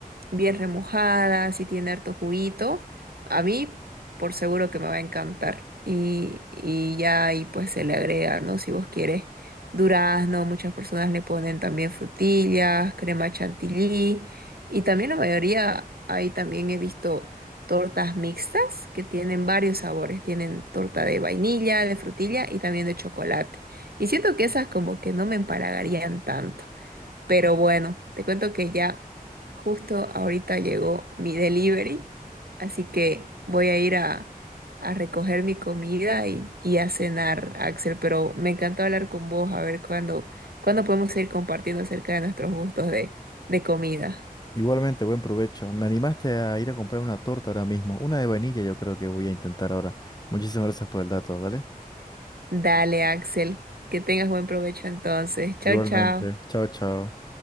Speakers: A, on the right; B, on the left.
A: bien remojada, si tiene harto juguito, a mí por seguro que me va a encantar. Y, y ya ahí pues se le agrega, ¿no? Si vos quieres durazno, muchas personas le ponen también frutillas, crema chantilly y también la mayoría, ahí también he visto tortas mixtas que tienen varios sabores, tienen torta de vainilla, de frutilla y también de chocolate. Y siento que esas como que no me empalagarían tanto. Pero bueno, te cuento que ya justo ahorita llegó mi delivery, así que voy a ir a, a recoger mi comida y, y a cenar, Axel. Pero me encantó hablar con vos, a ver cuándo, cuándo podemos seguir compartiendo acerca de nuestros gustos de, de comida.
B: igualmente, buen provecho. Me animaste a ir a comprar una torta ahora mismo. Una de vainilla yo creo que voy a intentar ahora. Muchísimas gracias por el dato, ¿vale?
A: Dale, Axel, que tengas buen provecho entonces. Chao,
B: Igualmente.
A: chao.
B: Chao, chao.